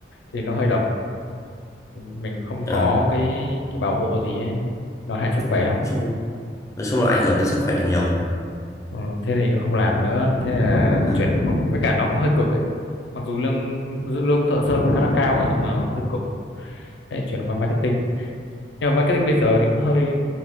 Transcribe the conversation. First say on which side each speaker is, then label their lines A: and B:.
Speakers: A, on the left; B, on the left.
A: thì nó hơi độc. Mình không
B: ờ,
A: có cái cái bảo hộ gì ấy. Nó hại sức
B: đúng
A: khỏe
B: rồi.
A: lắm.
B: Nói chung, nói chung là ảnh hưởng đến sức khỏe nhiều đúng không?
A: Ờ, thế thì cũng không làm nữa. Thế là
B: Đấy.
A: chuyển với cả nó cũng hơi cực ấy. Mặc dù lương lương thợ sơn khá là cao ấy, nhưng mà hơi cực. Thế là chuyển qua marketing. Nhưng mà marketing bây giờ thì cũng hơi